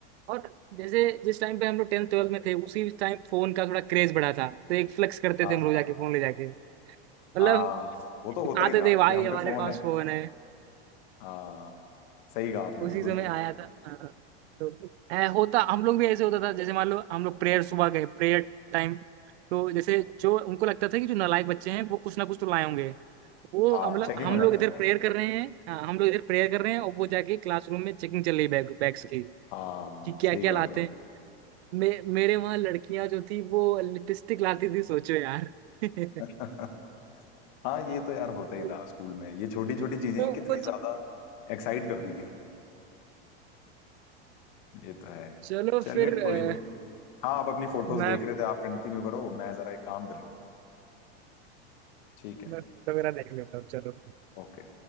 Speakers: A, on the right; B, on the left.
A: और जैसे जिस टाइम पे हम लोग टेंथ ट्वेल्थ में थे उसी टाइम फोन का थोड़ा क्रेज बढ़ा था तो एक फ्लेक्स करते
B: हाँ
A: थे हम लोग जाके फोन ले जाके मतलब
B: हाँ वो
A: दिखाते
B: तो होता ही था
A: थे भाई
B: कि हम
A: हमारे
B: पे फोन
A: पास
B: है
A: फोन है
B: हाँ सही कहा आपने
A: उसी
B: बिल्कुल
A: समय
B: सही कहा
A: आया था हाँ। तो ऐ- होता हम लोग भी ऐसे होता था जैसे मान लो हम लोग प्रेयर सुबह गए प्रेयर टाइम तो जैसे जो उनको लगता था कि जो नालायक बच्चे हैं वो कुछ ना कुछ तो लाए होंगे वो
B: हाँ
A: हम लोग
B: चेकिंग
A: हम
B: हो जाती
A: लोग इधर
B: थी
A: प्रेयर कर रहे हैं हाँ हम लोग इधर प्रेयर कर रहे हैं और वो जाके क्लासरूम में चेकिंग चल रही है बैग बैग्स की
B: हाँ
A: कि क्या
B: सही
A: क्या
B: कह
A: लाते
B: रहे हो आप
A: हैं मे, मेरे वहां लड़कियां जो थी वो लिपस्टिक लाती थी सोचो यार <laughs>
B: <laughs> हाँ ये तो यार होता ही
A: तो
B: था स्कूल में ये छोटी छोटी चीजें
A: वो
B: कितनी ज्यादा
A: चीज़-
B: एक्साइट करती थी ये तो है
A: चलो
B: चलिए
A: फिर
B: कोई
A: अ,
B: नहीं हाँ आप अपनी फोटोज
A: मैं
B: देख रहे थे आप कंटिन्यू करो मैं जरा एक काम कर लूँ ठीक है
A: मैं तो मेरा देख लेता हूँ चलो
B: ओके